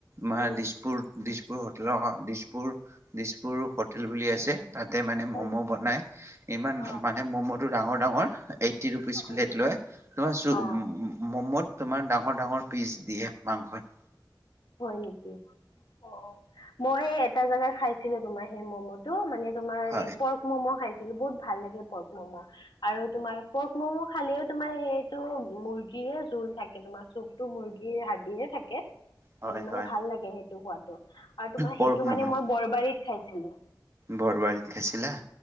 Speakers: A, on the right; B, on the left.
A: মা
B: উম
A: দিছপুৰ দিছপুৰ হোটেলৰ, দিছপুৰ, দিছপুৰ হোটেল বুলি আছে। তাতে মানে
B: হয়
A: ম'ম'
B: নেকি
A: বনাই ইমান
B: অ
A: মানে ম'মটো ডাঙৰ ডাঙৰ এই টি ৰুপিছ
B: হয়
A: প্লেট
B: নেকি
A: লয় তোমাৰ চো
B: অ
A: উম উম ম'ম'ত তোমাৰ ডাঙৰ ডাঙৰ পিচ দিয়ে মাংসই
B: হয় নেকি অ মই এটা জেগাত খাইছিলো তোমাৰ সেই মমত টো মানে তোমাৰ
A: হয়।
B: এ পৰ্ক ম'ম' খাইছিলো বহুত ভাল লাগে পৰ্ক ম'ম' আৰু তোমাৰ পৰ্ক মম' খালেও তোমাৰ সেইটো মুৰ্গীৰে জুল থাকে তোমাৰ চুপতটো মুৰ্গীৰ হাৰ্ডিহে থাকে
A: হয়,
B: হেন মানে
A: হয়।
B: ভাল লাগে সেইটো হোৱাতটো আৰু তোমাৰ
A: পৰ্ক
B: সেইটো
A: ম'ম'
B: মানে মই বৰবাৰীত খাইছিলো
A: বৰবাৰীত খাইছিলা